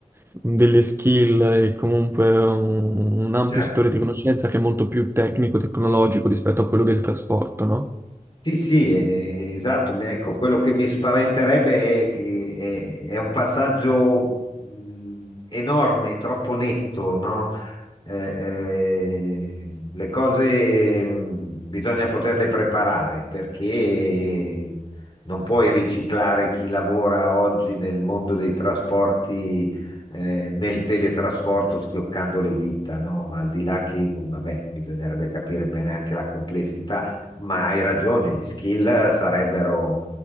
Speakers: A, on the right (about 15°); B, on the left (about 35°).
A: delle skill e comunque un, un ampio
B: certo,
A: settore
B: certo.
A: di conoscenza che è molto più tecnico, tecnologico rispetto a quello del trasporto, no?
B: Sì, sì, eh, esatto. mi- Ecco, quello che mi spaventerebbe è che è, è un passaggio mh, enorme, troppo netto, no? Eh, eh, le cose mh, bisogna poterle preparare perché non puoi riciclare chi lavora oggi nel mondo dei trasporti, eh, nel teletrasporto schioccando le dita, no? Al di là che, vabbè, bisognerebbe capire bene anche la complessità ma hai ragione, gli skill sarebbero